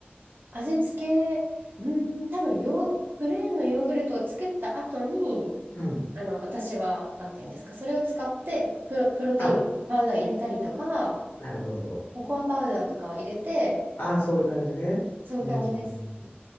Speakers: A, on the right; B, on the left.
A: 味付け、うーん、多分ヨー、プレーンのヨーグルトを作った後に、
B: うん。
A: あの、私は、なんていうんですか、それを使ってプロ、プロテイン、
B: あ、
A: パウダー入れたりとか、
B: なるほど。
A: ココアパウダーとかを入れて、
B: ああ、そういう感じね。
A: そういう感じです。
B: うん、うん、うん。うん